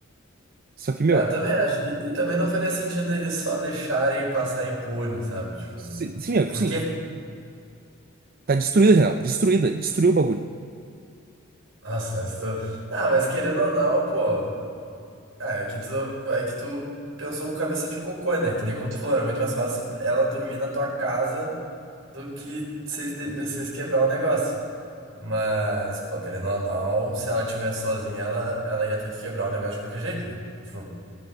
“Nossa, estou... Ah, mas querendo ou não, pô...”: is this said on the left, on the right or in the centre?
Right